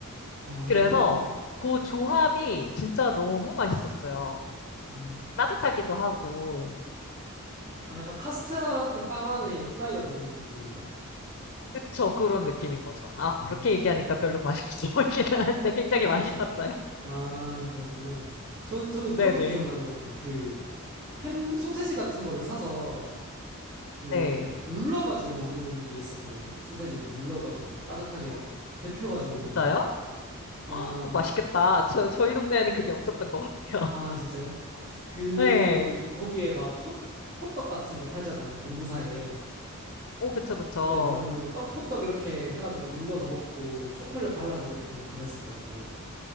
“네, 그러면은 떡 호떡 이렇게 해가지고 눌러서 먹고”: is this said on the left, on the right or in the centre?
Right